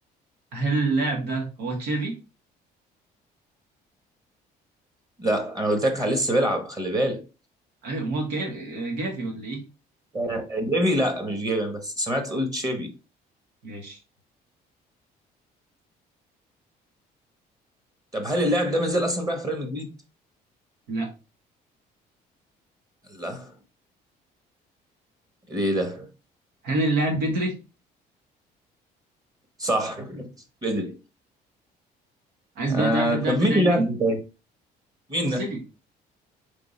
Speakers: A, on the right; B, on the right.
A: هل اللاعب ده هو تشافي؟
B: لا انا قلت لك لسه بيلعب خلي بالك
A: أيوه ما هو كاف- آه، جافي ولا إيه؟
B: آه، جيفي لا مش جيفي بس سمعت قلت شيفي
A: ماشي
B: طب هل اللاعب ده ما زال اصلا بيلعب في ريال مدريد؟
A: لا
B: لا ايه ده؟
A: هل اللاعب بدري؟
B: صح بدري
A: عايز
B: آه
A: بقى تعرف اللاعب
B: طب
A: بتاعي
B: مين اللاعب
A: مين؟
B: ده طيب؟ مين
A: خوسيلي
B: ده؟